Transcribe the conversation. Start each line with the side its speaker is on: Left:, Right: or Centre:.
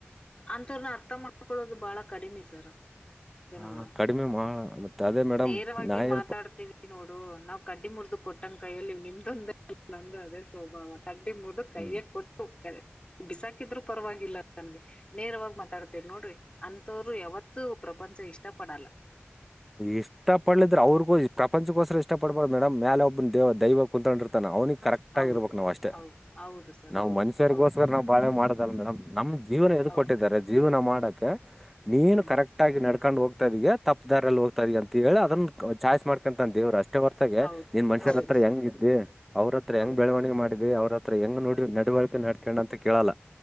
Left: ಅಂಥವ್ರನ್ನ ಅರ್ಥ ಮಾಡ್ಕೊೊಳ್ಳೋದು ಬಾಳ ಕಡಿಮೆ ಸರ್ ಜನಗಳು
Centre: ಹಾ ಕಡಿಮೆ ಮಾ ಮತ್ತೆ ಅದೇ ಮೇಡಮ್
Left: ನೇರವಾಗಿ
Centre: ನಾಯಿ
Left: ಮಾತಾಡ್ತೀವಿ ನೋಡು ನಾವ್ ಕಡ್ಡಿ ಮುರಿದು ಕೊಟ್ಟಂಗ ಕೈಯಲ್ಲಿ ನಿಮ್ದೊಂದ ನಂದು ಅದೇ ಸ್ವಭಾವ ಕಡ್ಡಿ ಮುಡ್ದು ಕೈಯಕ್
Centre: ಹ್ಞೂ
Left: ಕೊಟ್ಟು ಉಕ್ಕದೆ ಬಿಸಾಕಿದ್ರು ಪರವಾಗಿಲ್ಲ ನಂಗೆ ನೇರವಾಗಿ ಮಾತಾಡ್ತಿವಿ ನೋಡ್ರಿ ಅಂಥವ್ರು ಯಾವತ್ತೂ ಪ್ರಪಂಚ ಇಷ್ಟ ಪಡಲ್ಲ
Centre: ಇಷ್ಟ ಪಡ್ಲಿದ್ರೆ ಅವ್ರಿಗೂ ಪ್ರಪಂಚಕ್ಕೋಸ್ಕರ ಇಷ್ಟ ಪಡ್ಬಾರ್ದ ಮೇಡಮ್ ಮೇಲೆ ಒಬ್ಬನ ದೇವ ದೈವ ಕುಂತ್ೊಂಡಿರ್ತಾನ ಅವನಿ ಕರೆಕ್ಟ್
Left: ಹೌದು
Centre: ಆಗ ಇರ್ಬೇಕು ನಾವ್ ಅಷ್ಟೇ
Left: ಹೌದು ಹೌದು ಸರ್
Centre: ನಾ್
Left: ಹೌದು
Centre: ಮನುಷ್ಯರಿಗೋಸ್ಕರ
Left: ಹೌದು
Centre: ನಾ್ ಬಾಳೆ ಮಾಡದಲ್ಲ ಮೇಡಮ್ ನಮ್ ಜೀವನ ಎದು
Left: ಹೌ-
Centre: ಕೊಟ್ಟಿದ್ದಾರೆ ಜೀವನ ಮಾಡಕ್ಕೆ ನೀನು
Left: ಹ್ಮ್
Centre: ಕರೆಕ್ಟ್ ಆಗಿ ನಡ್ಕೊಂಡ್ ಹೋಗ್ತಾ ಇದಗ ತಪ್ಪ ಇದಾರಲ್ಲಿ ಹೋಗ್ತಾರೆ ಅಂತ ಹೇಳಿ ಅದನ್ನ ಚಾಯ್ಸ್ ಮಾಡ್ಕೊಂತಂದೇವ್ರುಷ್ಟ ಇಷ್ಟ ಹೊರ್ತಗೆ
Left: ಹೌದು
Centre: ನಿನ್ ಮನುಷ್ಯರ
Left: ಹೌದು
Centre: ಹತ್ರ
Left: ಸರ್
Centre: ಹೆಂಗ ಇದ್ದಿ ಅವ್ರ ಹತ್ರ ಹೆಂಗ್
Left: ಹೌದು
Centre: ಬೆಳವಣಿಗೆ ಮಾಡಿದಿ ಅವ್ರ ಹತ್ರ ಹತ್ರ ಹೆಂಗ ನೋಡಿ ನಡವಳಿಕೆ ನಡ್ಕಣ ಅಂತ ಕೇಳಲ್ಲ